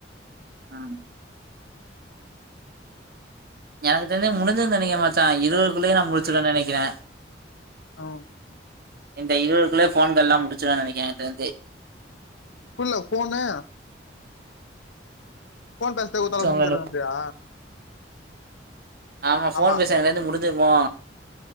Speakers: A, on the right; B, on the left.
A: ஆ எனக்கு தெரிஞ்சு முடிஞ்சிருன் நெனைக்கிறே மச்சா இருவதுக்குள்ளயே நா முடிச்சிருவே நெனைக்கிறே
B: ஆ
A: இந்த இருவதுக்குள்ளே ஃபோன் கால்லா முடிச்சுவ நெனைக்கிறே எனக்கு தெரிஞ்சு
B: புர்ல ஃபோனு ஃபோன் பேசத்து வுதோட
A: ஸோ, உங்களுக்கு-
B: முஞ்சிருன்றியா
A: ஆம்மா ஃபோன்
B: ஆமா
A: பேச இன்னைலந்து முடிஞ்சிருமோ